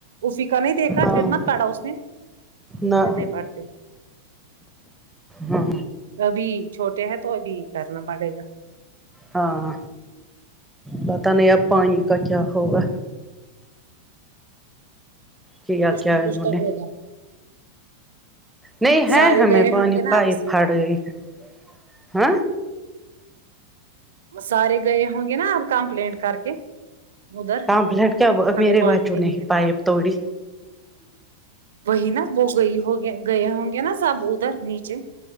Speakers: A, on the right; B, in the centre.
A: افی کا نہیں دیکھا
B: ہاں
A: پھر مت پڑا اس نے
B: نہ
A: فر نئی پڑھتے
B: ہاں
A: ابھی چھوٹے ہیں تو ابھی کرنا پڑے گا
B: ہاں پت نہیں اب پانی کا کیا ہوگا کیا
A: کچھ
B: کیا
A: نہ
B: ہے
A: کچھ
B: انہوں
A: تو
B: نے
A: ہوگا
B: نہیں ہے
A: سارے
B: ہمیں
A: گئے
B: پانی
A: ہوں گے
B: پائپ
A: نا اب اس کے
B: پھٹ گئی ہے ہاں
A: سارے گئے ہوں گے نا آپ کمپلینٹ کر کے ادھر
B: کمپلینٹ کیا میرے
A: ہمیں پانی
B: باچو
A: نہیں
B: نے
A: ہے
B: پائپ
A: پانی
B: توڑی
A: وہی نا وہ گئی ہوگ گئے ہوں گے نا سب ادھر نیچے